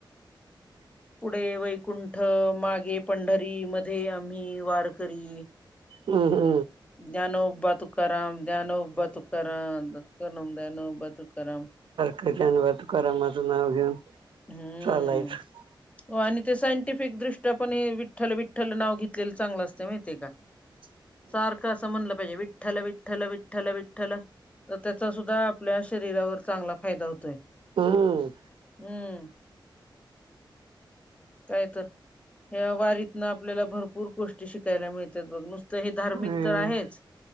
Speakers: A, on the right; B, on the left.
A: ह. <inaudible>
B: पुढे वैकुंठ, मागे पंढरी, मध्ये आम्ही वारकरी
A: हू हू.
B: ज्ञानोबा तूकाराम, ज्ञानोबा तुकाराम, <unintelligible> ज्ञानोबा तुकाराम.
A: क जानबा तुकारामाचं नाव घेऊन.
B: हुं हुं.
A: चालायचं
B: हो आणि ते सायंटिफिक दृष्ट्या पण हे, विठ्ठल विठ्ठल नाव घेतलेलं चांगलं असतय, माहितीए का?
A: ह. <inaudible>
B: सारखच. तसं म्हणलं पाहिजे, विठ्ठल विठ्ठल विठ्ठल विठ्ठल तर त्याचा सुद्धा आपल्या शरीरावर चांगला फायदा होतोय.
A: हा आ.
B: हूम काय तर? ह्या वारीतन आपल्याला भरपूर गोष्टी शिकायला मिळतात बघ. नुसतं हे धार्मिक
A: हम्म
B: तर आहेच.